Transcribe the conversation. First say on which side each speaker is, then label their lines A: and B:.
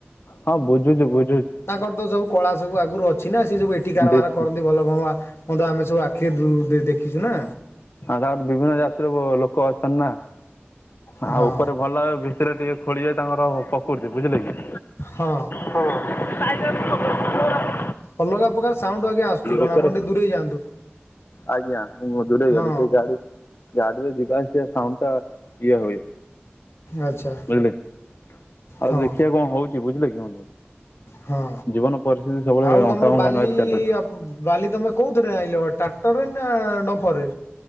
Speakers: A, on the left (about 60°); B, on the left (about 90°).
A: ହଁ ବୁଝୁଛିୁ ବୁ
B: ତାଙ୍କର ତ ସବୁ କଳା ସବୁ ଆଗରୁ ଅଛି ନା ସିଏ ସବୁ ଏଠି କାରବାର
A: ତାଙ୍କର
B: କରନ୍ତି ଭଲ ଭ ହ ଆମେ ସବୁ ଆ କେଏ ଦ ଦେଖିଛୁ ନା।
A: ହଁ ତାଙ୍କର ବିଭିନ୍ନ ଜାତିର ଲୋକ ଅଛନ୍ତି ନା। ଆଉ
B: ହଁ
A: ଉପରେ ଭଲ ଭିତରେ ଟିକେ ଖୋଳିବେ ତାଙ୍କର ପକ୍ରୁତି ବୁଝିଲେ କି?
B: ହଁ।
A: ହଁ ଟାଇଗର।
B: ଅଲଗା ପ୍ରକାର ସାଉଣ୍ଡ ଆଜ୍ଞା ଆସୁଛି କଣ
A: ଉପରେ
B: ଆପଣ ଟିକେ ଦୂରେଇ ଯାଆନ୍ତୁ।
A: ଆଜ୍ଞା ମୁଁ ଦୂରେଇ
B: ହଁ
A: ଗଲି ସେଇ ଗାଡି଼ ଗାଡି଼ରେ ଯିବା ଆସିବା ସାଉଣ୍ଡଟା ଇଏ ହୁଏ।
B: ଆଚ୍ଛା।
A: ବୁଝିଲେ ଆଉ
B: ହଁ
A: ଦେଖିବା କଣ ହଉଛି ବୁଝିଲେ କି ବନ୍ଧୁ?
B: ହଁ
A: ଜୀବନ ପରିସ୍ଥିତି ସବୁବେଳେ
B: ଆଉ ତମର
A: ଅଙ୍କା‌ ବଙ୍କା
B: ବାଲି
A: ନଈରେ ଚାଲିୁଛି।
B: ବାଲି ତମେ କୋଉଥିରେ ଆଇଁଲ ଟ୍ରାକ୍ଟର ରେ ନା ଡମ୍ପର୍ରେ?